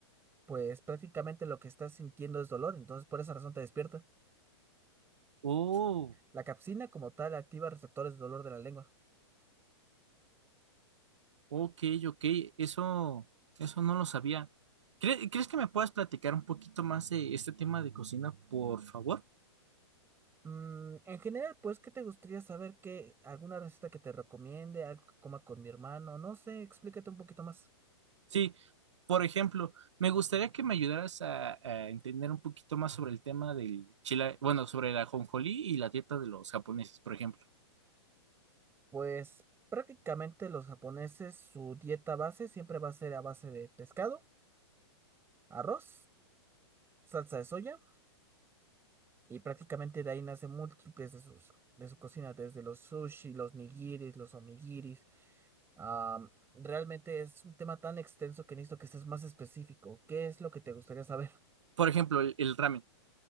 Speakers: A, on the right; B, on the right.
A: Pues prácticamente lo que estás sintiendo es dolor, entonces por esa razón te despierta.
B: Oh,
A: La capsina como tal activa receptores de dolor de la lengua.
B: ok, ok, eso, eso no lo sabía. ¿Cre- ¿Crees que me puedas platicar un poquito más de este tema de cocina, por favor?
A: Mm, en general, pues, ¿qué te gustaría saber? ¿Qué, alguna receta que te recomiende? ¿Algo que coma con mi hermano? No sé, explícate un poquito más.
B: Sí, por ejemplo, me gustaría que me ayudaras a, a entender un poquito más sobre el tema del chile, bueno, sobre la ajonjolí y la dieta de los japoneses, por ejemplo.
A: Pues prácticamente los japoneses, su dieta base siempre va a ser a base de pescado, arroz, salsa de soya Y prácticamente de ahí nace múltiples de sus, de su cocina, desde los sushi, los nigiris, los onigiris. Am, realmente es un tema tan extenso que necesito que seas más específico. ¿Qué es lo que te gustaría saber?
B: Por ejemplo, el, el ramen.